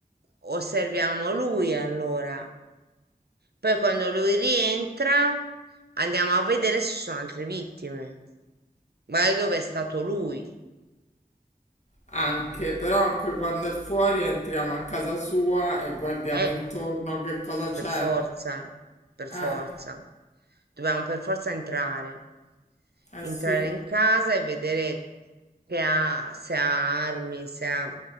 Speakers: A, on the right (about 85°); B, on the left (about 45°).
A: osserviamo lui allora, poi quando lui rientra andiamo a vedere se ci sono altre vittime. Ma dove è stato lui?
B: Anche, però anche quando è fuori entriamo a casa sua e guardiamo
A: Eh,
B: intorno che cosa c'è.
A: per forza, per forza.
B: Eh,
A: Dobbiamo per forza entrare.
B: eh
A: Entrare
B: sì.
A: in casa e vedere che ha, se ha armi, se ha